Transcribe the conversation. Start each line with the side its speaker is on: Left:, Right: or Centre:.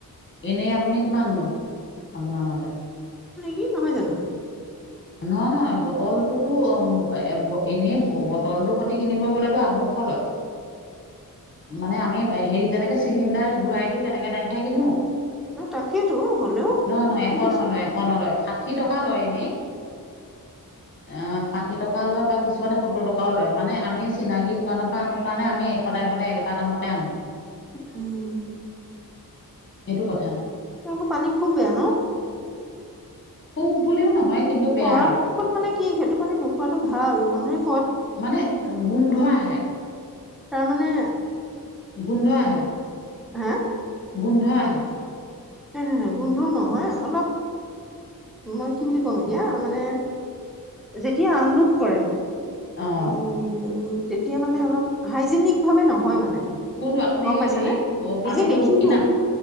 Left: এনেই আপুনি কিমান নো? আপোনাৰ মতে
Centre: কি নহয় জানো।
Left: নহয়। নহয়। বটলটোতো এ এনেই বটলটোৰ খতি কিনিব গলেতো, আঢ়ৈশ লয়। মানে আমি হেৰি যেনেকে চিলিণ্ডাৰ ঘূৰাই দিওঁ তেনেকে- তেনেকে হে কিনো
Centre: ন তাকেইতো হ'লেও
Left: নহয় নহয়।
Centre: সেইটো
Left: এশ
Centre: কৈছো
Left: নলয়, এশ নলয়। ষাঠি টকা লয় এনে। অ', ষাঠি টকা লয় বা কিছু কিছুমানে সত্তৰ টকাও লয়। মানে আমি চিনাকি দোকানৰ পৰা আনো কাৰণে আমি সদায় সদায় একেটা দামতে আনো।
Centre: উম।
Left: সেইটো কথা।
Centre: তোমালোকৰ পানী খুব বেয়া ন?
Left: খুব বুলিও নহয়। কিন্তু বেয়া
Centre: পৰাপক্ষত
Left: আৰু
Centre: মানে কি সেইটো পানী নোখোৱাটো ভাল। মানু
Left: মানে গোন্ধ আহে।
Centre: তাৰমানে?
Left: গোন্ধ আহে।
Centre: হা?
Left: গোন্ধ আহে।
Centre: নাই নাই নাই গোন্ধও নহয় অলপ মই কি বুলি ক'ম এতিয়া মানে যেতিয়া আনলোড কৰে।
Left: অহ।
Centre: উম তেতিয়া মানে অলপ হাইজেনিক ভাৱে নহয় মানে।
Left: কোনটো? আপুনি
Centre: গম পাইছানে?
Left: হেৰি অ', পানীটো
Centre: নিজে দেখিছো
Left: কিনা